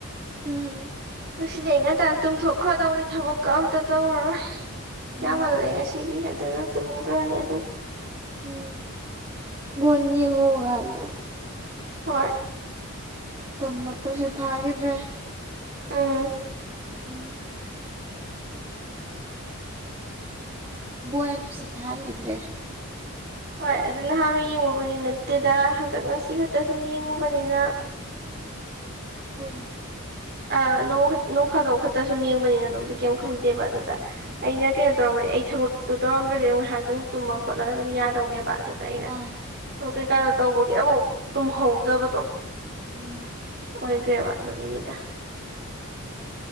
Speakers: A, on the right (about 20°); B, on the right (about 45°).
A: ꯎꯝ
B: ꯉꯁꯤꯗꯤ ꯑꯩ ꯉꯟꯇꯥꯥꯟ ꯇꯨꯝꯊꯣꯛꯈ꯭ꯔꯗꯧꯅꯤ ꯊꯕꯛꯀ ꯑꯝꯇ ꯇꯧꯔꯔꯣꯏ
A: ꯎꯝ
B: ꯌꯥꯝꯃꯜꯂꯦ ꯉꯁꯤꯒꯤ ꯑꯗꯨꯅ ꯇꯨꯝꯈ꯭ꯔꯅꯤ ꯑꯗꯨꯝ
A: ꯎꯝ ꯣꯅꯤꯉꯒꯅ
B: ꯍꯣꯏ
A: ꯇꯨꯝꯕ ꯇꯨꯁꯨ ꯐꯥꯈꯤꯗ꯭ꯔꯦ
B: ꯑꯥ
A: ꯎꯝ ꯣꯌꯥ ꯁꯤꯐꯥꯜ ꯃꯗ꯭ꯔꯦ
B: ꯍꯣꯏ ꯑꯗꯨ ꯅꯍꯥꯟꯅ ꯌꯦꯡꯉꯨꯕꯗꯤ ꯅꯠꯇꯦꯗ ꯍꯟꯗꯛ ꯉꯁꯤ ꯈꯛꯇ ꯁꯨꯝ ꯌꯦꯡꯉꯨꯕꯅꯤꯅ
A: ꯍꯨꯏ
B: ꯑꯣꯡ ꯅꯣꯡ ꯐꯥꯗꯣꯛ ꯈꯛꯇ ꯁꯨꯝ ꯌꯦꯡꯕꯅꯤꯅ ꯑꯗꯨꯕꯨꯗꯤ ꯀꯩꯝ ꯈꯟꯗꯦꯕ ꯑꯗꯨꯗ ꯑꯩꯅ ꯀꯩꯅꯣ ꯇꯧꯔꯝꯕꯅꯤ ꯑꯩ ꯊꯕꯛꯇꯨ ꯇꯧꯔꯝꯗ꯭ꯔꯗꯤ ꯑꯗꯨꯝ ꯉꯥꯏꯍꯥꯛꯇꯪ ꯇꯨꯝꯃ ꯈꯣꯠꯂꯒ ꯑꯗꯨꯝ ꯌꯥꯗꯧꯅꯦꯕ ꯑꯗꯨꯗ ꯑꯩꯅꯛ
A: ꯑꯥ
B: ꯀꯩꯀꯥꯗ ꯇꯧꯕꯒꯤꯦ ꯑꯃꯐꯧ ꯇꯨꯝꯍꯧꯗꯕꯗꯣ
A: ꯎꯝ
B: ꯑꯣꯏꯒ꯭ꯔꯦꯕ ꯂꯒꯅꯤꯗ